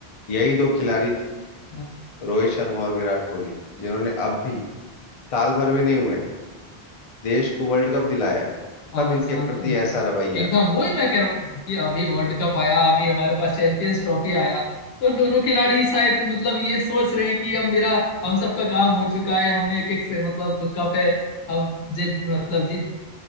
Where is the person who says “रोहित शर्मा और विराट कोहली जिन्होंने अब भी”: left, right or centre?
Left